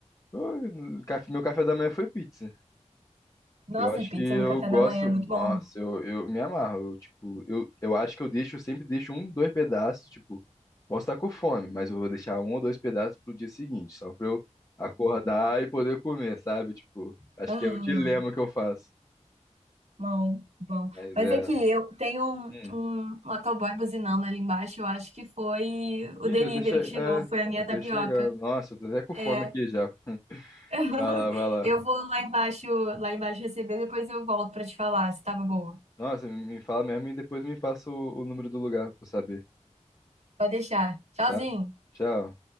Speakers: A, on the left; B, on the right.
A: Pô, no café- Meu café da manhã foi pizza.
B: Nossa,
A: Eu acho
B: e pizza
A: que eu
B: no café
A: gosto.
B: da manhã é muito bom,
A: Nossa,
B: né?
A: eu, eu me amarro. Eu, tipo, eu, eu acho que eu deixo, eu sempre deixo um, dois pedaços. Tipo, posso estar com fome, mas eu vou deixar um ou dois pedaços pro dia seguinte, só pra eu acordar e poder comer, sabe? Tipo, acho
B: Ah,
A: que é o dilema que eu faço.
B: bom, bom.
A: Mas
B: Mas
A: é.
B: é que eu tenho um,
A: Hum.
B: um motoboy buzinando ali embaixo, eu acho que foi o
A: Ih,
B: delivery
A: deve ter chegado.
B: que chegou,
A: É,
B: foi a minha
A: deve
B: tapioca.
A: ter chegado. Nossa, eu tô até com
B: É,
A: fome aqui já.
B: <laughs>
A: Vai lá, vai lá.
B: Eu vou lá embaixo, lá embaixo receber, depois eu volto pra te falar se tava boa.
A: Nossa, me me fala mesmo e depois me passa o, o número do lugar pra eu saber,
B: Pode deixar. Tchauzinho.
A: tá? Tchau.